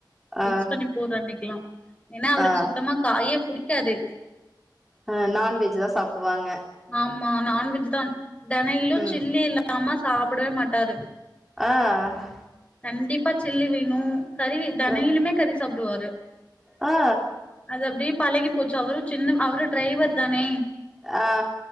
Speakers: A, in the centre; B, on the left.
A: ஆ
B: மிக்ஸ் பண்ணி போட்ற அன்னிக்குலா ஏன்னா அவுருக்கு
A: ஆ
B: சுத்தமா காயே புடிக்காதே
A: அ நான்வெஜ் தா சாப்டுவாங்க
B: ஆம்மா நான்வெஜ்ஜூ தான் தன இலு
A: ம்
B: சில்லே இல்ல அம்மா சாப்டவே மாட்டாரு
A: ஆ அ
B: கண்டிப்பா செல்லு வேணு கறி தனயிலுமே
A: ம்
B: கறி சாப்டுவாரு
A: ஆ
B: அதப்படியே பழகி போச்சு அவரு சின்னவ் அவரு டிரைவர் தானே
A: ஆ